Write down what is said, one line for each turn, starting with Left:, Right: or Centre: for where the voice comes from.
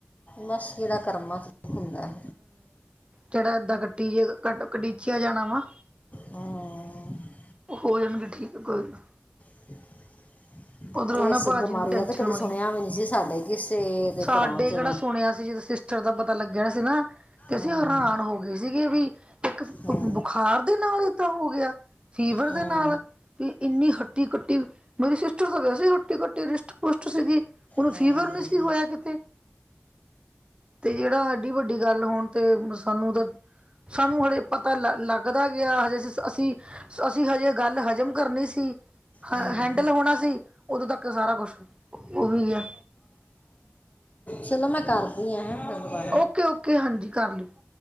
Left: ਬਸ ਜੇੜਾ ਕਰਮਾਂ ਚ ਦੂੱ-ਖ ਹੁੰਦਾ ਐ
Right: ਜੇੜਾ ਐਦਾਂ ਕੱਟੀ ਜੇਗਾ ਕਡ, ਕਡੀਚਿਆ ਜਾਣਾ ਵਾ
Left: ਹਾਂ
Right: ਓ ਹੋ ਜਨਗੇ ਠੀਕ ਕੋਈ ਨਾ।
Left: <inaudible> <inaudible>
Right: ਉਧਰੋਂ
Left: ਏਸ
Right: ਹਨਾ ਭਾਜੀ
Left: ਬਮਾਰੀ
Right: ਨੂੰ ਵੀ
Left: ਦਾ
Right: ਟੈਨਸ਼ਨ
Left: ਤੇ ਕਦੇ
Right: ਹੋਣੀ
Left: ਸੁਣਿਆ ਵੀ ਨੀ ਸੀ ਸਾਡੇ ਕਿਸੇ ਦੇ
Right: ਸਾਡੇ
Left: ਘਰਾਂ ਚ
Right: ਕਿਹੜਾ ਸੁਣਿਆ ਸੀ ਸਿਸਟਰ ਜਦੋਂ ਪਤਾ ਲੱਗੇਆ ਸੀ ਨਾ, ਤੇ ਅਸੀ
Left: ਹਾਂ
Right: ਹਰਾਣ ਹੋ ਗਏ ਸੀਗੇ ਵੀ, ਇਕ
Left: ਹਾਂ
Right: ਬ ਬੁਖਾਰ ਦੇ ਨਾਲ ਏਦਾਂ ਹੋ ਗਿਆ? ਫੀਵਰ
Left: ਹਾਂ
Right: ਦੇ ਨਾਲ। ਏ ਇੰਨੀ ਹੱਟੀ ਕੱਟੀ, ਮੇਰੀ ਸਿਸਟਰ ਤੇ ਵੈੇਸੇ ਹੱਟੀ ਕੱਟੀ ਰਿਸਟ -ਪੁਸ਼ਟ ਸੀਗੀ। ਉਹਨੂੰ
Left: ਹਾਂ
Right: ਫੀਵਰ ਨੀ ਸੀ ਹੋਇਆ ਕਿਤੇ? ਤੇ ਜਿਹੜਾ ਐਡੀ ਵੱਡੀ ਗੱਲ ਹੋਣ ਤੇ ਸਾਨੂੰ ਦੇ, ਸਾਨੂੰ ਹਲੇੇ ਪਤਾ ਲ ਲੱਗ ਲੱਗਦਾ ਗਿਆ ਹਜੇ ਅਸੀ -ਸ, ਅਸੀ- ਅਸੀ ਹਜੇ ਗੱਲ ਹਜ਼ਮ ਕਰਨੀ ਸੀ। ਹ-ਹ
Left: ਹਾਂ
Right: ਹੈਂਡਲ ਹੋਣਾ ਸੀ। ਉਦੋਂ ਤੱਕ ਸਾਰਾ ਕੁਛ, ਉਹ ਵੀ ਗਿਆ।
Left: ਚਲੋ ਮੈਂ ਕਰਦੀ ਆ, ਹੈਂ ਗਲ ਬਾਤ।
Right: ਓਕੇ- ਓਕੇ ਹਾਂਜੀ, ਕਰ ਲਿਓ।